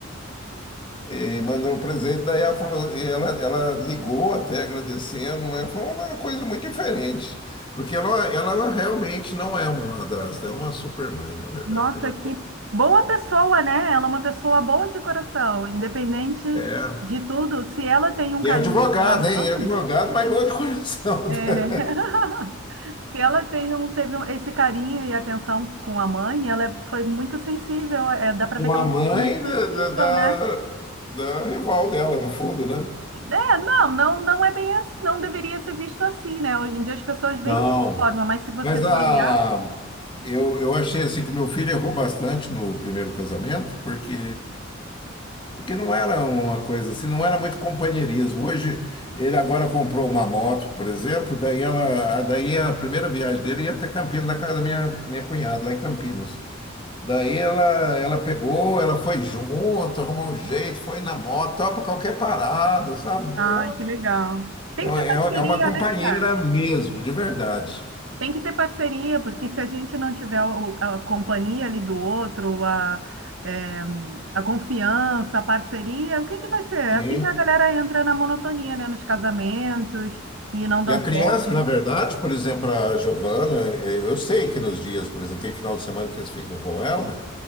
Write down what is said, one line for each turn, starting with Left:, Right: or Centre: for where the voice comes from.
Left: E mandou o presente, daí ela falou, e ela, ela ligou até agradecendo, mas foi uma coisa muito diferente. Porque ela, ela realmente não é uma madrasta, é uma super mãe, na verdade.
Right: Nossa,
Left: Ela
Right: que
Left: co-
Right: boa pessoa, né? Ela é uma pessoa boa de coração, independente
Left: é.
Right: de tudo. Se ela tem um
Left: E
Right: carinho
Left: é advogada,
Right: pela
Left: hein?
Right: mãe,
Left: É advogada, mas boa de coração.
Right: é,
Left: <laughs>
Right: <laughs> se ela tem um, teve um- esse carinho e atenção com a mãe, ela é- foi muito sensível. É, dá para
Left: Uma
Right: ver que ela
Left: mãe
Right: é uma pessoa muito sensível,
Left: da, da, da-
Right: né?
Left: da rival dela, no fundo, né?
Right: É, não, não, não é bem assim, não deveria ser visto assim, né? Hoje em dia as pessoas veem
Left: Não.
Right: dessa forma, mas se você
Left: Mas
Right: for
Left: a,
Right: olhar,
Left: eu, eu achei assim que meu filho errou bastante no primeiro casamento, porque Porque não era uma coisa assim, não era muito companheirismo. Hoje, ele agora comprou uma moto, por exemplo, daí ela, a- daí a primeira viagem dele ia até Campinas, na casa da minha, minha cunhada, lá em Campinas. Daí ela, ela pegou, ela foi junto, arrumou um jeito, foi na moto, topa qualquer parada, sabe?
Right: ai,
Left: É
Right: que legal. Tem
Left: uma,
Right: que ter
Left: é
Right: parceria,
Left: uma é uma companheira
Right: né, cara?
Left: mesmo, de verdade.
Right: Tem que ter parceria, porque se a gente não tiver o- a companhia ali do outro, a, eh, a confiança, a parceria, o que que vai ser? É
Left: Sim.
Right: assim que a galera entra na monotonia, né? Nos casamentos e não dão
Left: E a criança,
Right: certo.
Left: na verdade, por exemplo, a Giovana, eh, eu sei que nos dias, por exemplo, tem final de semana que eles ficam com ela.